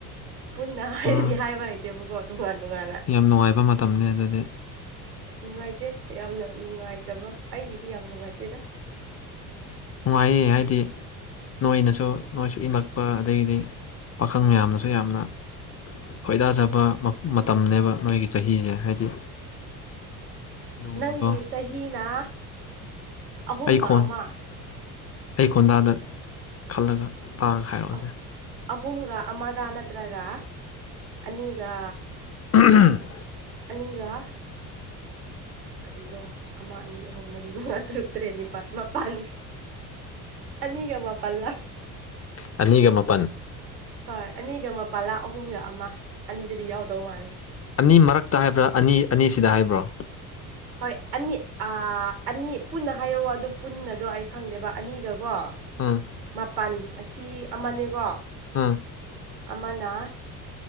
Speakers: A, on the right; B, on the left.
A: ꯄꯨꯟꯅ ꯍꯥꯏꯔꯗꯤ
B: ꯑꯥ
A: ꯍꯥꯏꯕ ꯍꯩꯇꯦꯕꯀꯣ ꯇꯣꯉꯥꯟ ꯇꯣꯉꯥꯟꯅ
B: ꯌꯥꯝ ꯅꯨꯡꯉꯥꯏꯕ ꯃꯇꯝꯅꯤ ꯑꯗꯨꯗꯤ
A: ꯑꯁ ꯅꯨꯡꯉꯥꯏꯇꯦ ꯌꯥꯝꯅ ꯅꯨꯡꯉꯥꯏꯇꯕ ꯑꯩꯒꯤꯗꯤ ꯌꯥꯝ ꯅꯨꯡꯉꯥꯏꯇꯦꯗ
B: ꯅꯨꯡꯉꯥꯏꯌꯦ ꯍꯥꯏꯗꯤ ꯅꯣꯏꯅꯁꯨ ꯅꯣꯏꯁꯨ ꯏꯟꯂꯛꯄ ꯑꯗꯒꯤꯗꯤ ꯄꯥꯈꯪ ꯃꯌꯥꯝꯅꯁꯨ ꯌꯥꯝꯅ ꯈꯣꯏꯗꯥꯖꯕ ꯃꯇꯝꯅꯦꯕ ꯃꯣꯏꯒꯤ ꯆꯍꯤꯁꯦ ꯍꯥꯏꯗꯤ ꯑꯗꯨꯒꯨꯝꯕꯀꯣ
A: ꯅꯪꯒꯤ ꯆꯍꯤꯅ ꯑꯍꯨꯝꯒ
B: ꯑꯩ ꯈꯣꯟ
A: ꯑꯃ
B: ꯑꯩ ꯈꯣꯟꯗꯥꯗ ꯈꯜꯂꯒ ꯇꯥꯔꯒ ꯍꯥꯏꯔꯛꯑꯣꯁꯦ
A: ꯑꯍꯨ- ꯑꯍꯨꯝꯒ ꯑꯃꯔꯥ ꯅꯠꯇ꯭ꯔꯒ ꯑꯅꯤꯒ
B: <unintelligible>
A: ꯑꯅꯤꯒ ꯀꯔꯤꯔꯣ ꯑꯃ ꯑꯅꯤ ꯑꯍꯨꯝ ꯃꯔꯤ ꯃꯉꯥ ꯇꯔꯨꯛ ꯇꯔꯦ ꯅꯤꯄꯥꯜ ꯃꯄꯥꯟ ꯑꯅꯤꯒ ꯃꯄꯥꯟꯂꯥꯛ
B: ꯑꯅꯤꯒ ꯃꯥꯄꯟ
A: ꯍꯣꯏ ꯑꯅꯤꯒ ꯃꯄꯥꯜꯂꯥ ꯑꯍꯨꯝꯒ ꯑꯃ ꯑꯅꯤꯗꯗꯤ ꯌꯥꯎꯗꯧ ꯃꯥꯜꯂꯦ
B: ꯑꯅꯤ ꯃꯔꯛꯇ ꯍꯥꯏꯕ꯭ꯔꯥ ꯑꯅꯤ ꯑꯅꯤꯁꯤꯗ ꯍꯥꯏꯕ꯭ꯔꯣ
A: <inaudible> ꯍꯣꯏ ꯑꯅꯤ ꯑꯥ ꯑꯅꯤ ꯄꯨꯟꯅ ꯍꯥꯏꯌꯣ ꯑꯗꯨ ꯄꯨꯟꯅꯗꯣ ꯑꯩ ꯈꯪꯗꯦꯕ ꯑꯅꯤꯒꯀꯣ
B: ꯎꯝ
A: ꯃꯥꯄꯜ ꯑꯁꯤ ꯑꯃꯅꯦꯀꯣ
B: ꯎꯝ
A: ꯑꯃꯅ